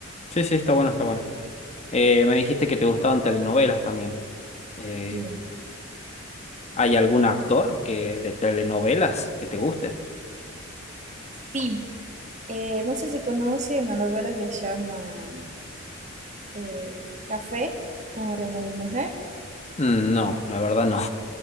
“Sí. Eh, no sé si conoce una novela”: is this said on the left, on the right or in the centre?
Right